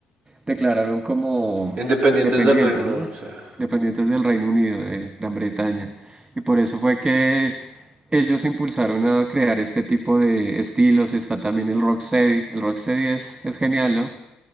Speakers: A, on the right; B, on the right.
A: declararon como
B: independientes
A: independientes,
B: del reino,
A: ¿no?
B: o sea,
A: Independientes del Reino Unido, de Gran Bretaña. Y por eso fue que ellos impulsaron a crear este tipo de estilos. Está también el rocksteady. El rocksteady es, es genial, ¿no?